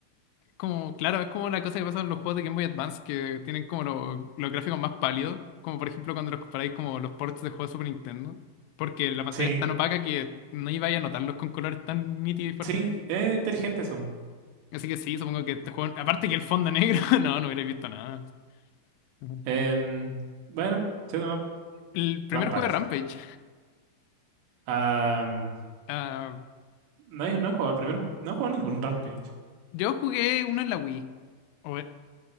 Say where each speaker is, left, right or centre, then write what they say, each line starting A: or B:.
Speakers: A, on the left; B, on the right.
A: como, claro, es como una cosa que pasa en los juegos de Game Boy Advance que tienen como lo- los gráficos más pálidos, como por ejemplo cuando los comparáis como los ports de juegos de Super Nintendo, porque la pantalla
B: Sí,
A: es tan opaca que no ibais a notarlos con colores tan nítidos y fuertes.
B: sí, es inteligente eso.
A: Así que sí, supongo que este juego, aparte que el fondo negro, <laughs> no, no hubiera visto nada. Ujú.
B: Em, bueno, se llama
A: El primer
B: Rampage.
A: juego de Rampage,
B: Am,
A: ah,
B: no, he, no he jugado el primero, no he jugado ningún Rampage.
A: yo jugué uno en la Wii. O-